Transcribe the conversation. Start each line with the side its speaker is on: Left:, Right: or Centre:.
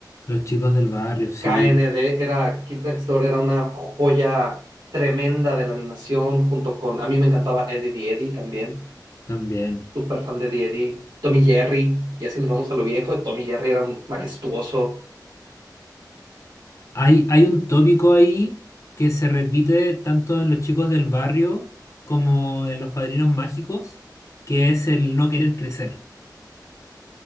Left: Los chicos del barrio, sí,
Right: K N D era Quinta Store, era una joya tremenda de la animación, junto con, a mí me encantaba Eddie the Eddy también,
Left: también.
Right: súper fan de Eddie Eddy, Tommy Jerry, y así nos vamos a lo viejo, Tommy Jerry era un majestuoso.
Left: Hay, hay un tópico ahí que se repite tanto en los chicos del barrio como en los padrinos mágicos, que es el no querer crecer.